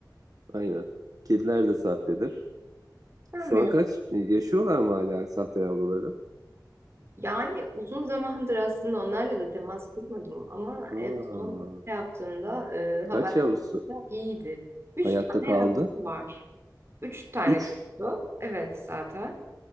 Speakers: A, on the right; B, on the right.
A: aynen. Kediler de sahtedir.
B: Sanmıyorum.
A: Şu an kaç? Yaşıyorlar mı hala sahte yavruları?
B: Yani uzun zamandır aslında onlarla da temas kurmadım ama en
A: Aa,
B: son şey yaptığımda e, haberde
A: kaç yavrusu
B: iyiydi. Üç
A: hayatta
B: tane
A: kaldı?
B: yavrusu var. Üç tane
A: Üç.
B: doğdu. Evet zaten.